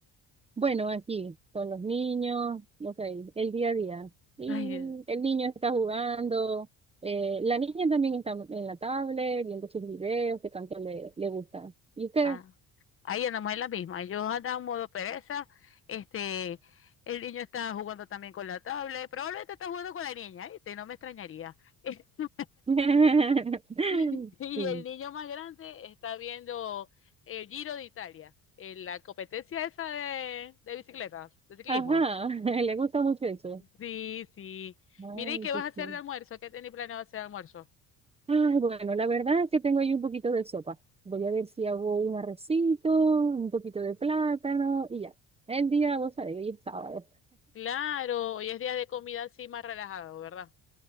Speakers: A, on the right (about 15°); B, on the left (about 35°).
A: Bueno, aquí con los niños, no sé, el día a día. Y
B: Ay, Dios.
A: el niño está jugando, eh, la niña también está en la tablet viendo sus videos que tanto le, le gusta. ¿Y usted?
B: Ah, ahí andamos en la misma. Yo andaba en modo pereza. Este, el niño está jugando también con la tablet. Probablemente está jugando con la niña, ¿viste? No me extrañaría. <laughs>
A: <laughs>
B: Y
A: Sí.
B: el niño más grande está viendo el Giro de Italia, eh, la competencia esa de, de bicicletas, de ciclismo.
A: Ajá, <laughs> le gusta mucho eso.
B: Sí, sí.
A: Ay,
B: Mire, ¿y qué vas
A: sí,
B: a hacer
A: sí.
B: de almuerzo? ¿Qué tenés planeado hacer de almuerzo?
A: Ay, bueno, la verdad es que tengo ahí un poquito de sopa. Voy a ver si hago un arrocito, un poquito de plátano y ya. El día, vos sabés, hoy es sábado.
B: Claro, hoy es día de comida así más relajado, ¿verdad?